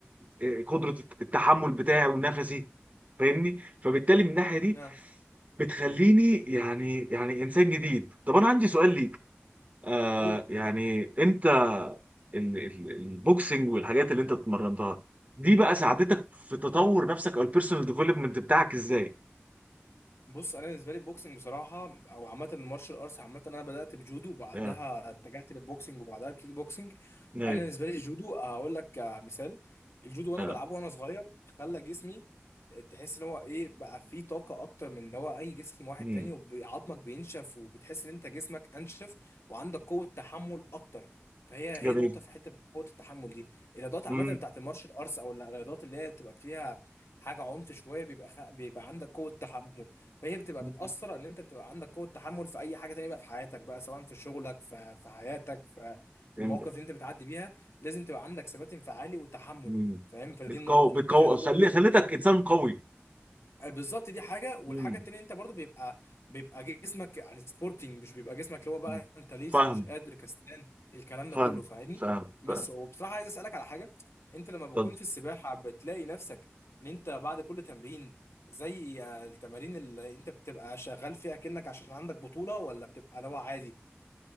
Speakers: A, on the right; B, on the left.
A: آه، قدره التحمل بتاعي ونفسي فاهمني فبالتالي من الناحيه دي
B: نعم
A: بتخليني يعني يعني انسان جديد طب انا عندي سؤال ليك آه
B: قول
A: يعني انت ال- ال- البوكسنج والحاجات اللي انت اتمرنتها دي بقى ساعدتك في تطور نفسك او البيرسونال ديفلوبمنت بتاعك ازاي
B: بص انا بالنسبه لي البوكسنج بصراحه او عامه المارشال ارتس عامه انا بدات بجودو وبعدها
A: اه
B: اتجهت للبوكسنج وبعدها الكيك بوكسنج
A: ايوه
B: انا بالنسبه لي الجودو هقول لك آه، مثال الجودو وانا
A: اه
B: بلعبه وانا صغير خلى جسمي تحس ان هو ايه بقى فيه طاقه اكتر من ان هو اي جسم واحد
A: ايوه
B: تاني وعظمك بينشف وبتحس ان انت جسمك انشف وعندك قوه تحمل اكتر فهي هي
A: جميل
B: نقطه في حته قوه التحمل دي الرياضات عامه
A: امم
B: بتاعت المارشال ارتس او الرياضات اللي هي تبقى فيها حاجه عنف شويه بيبقى خ... بيبقى عندك قوه تحمل فهي بتبقى
A: أمم.
B: بتأثر ان انت بتبقى عندك قوة تحمل في اي حاجة تانية بقى في حياتك بقى سواء في شغلك في في حياتك في في
A: فهمتك
B: المواقف اللي انت بتعدي بيها لازم تبقى عندك ثبات انفعالي وتحمل
A: امم
B: فاهم فدي
A: بتقوي
B: النقطة ان
A: بتقوي
B: انت خلي بالك برضو
A: خلي خليتك انسان قوي
B: بالظبط دي حاجه والحاجه
A: امم
B: التانيه انت برضو بيبقى بيبقى جسمك يعني سبورتنج مش بيبقى جسمك اللي هو بقى
A: أمم.
B: انت ليزي
A: فاهم
B: مش قادر كسلان الكلام
A: فاهم
B: ده كله فاهمني
A: فاهم
B: بس
A: فاهم
B: هو بصراحه عايز اسالك على حاجه انت لما بتكون
A: طب
B: في السباحه بتلاقي نفسك ان انت بعد كل تمرين زي آه، التمارين اللي انت بتبقى شغال فيها كأنك عشان عندك بطوله ولا بتبقى لو عادي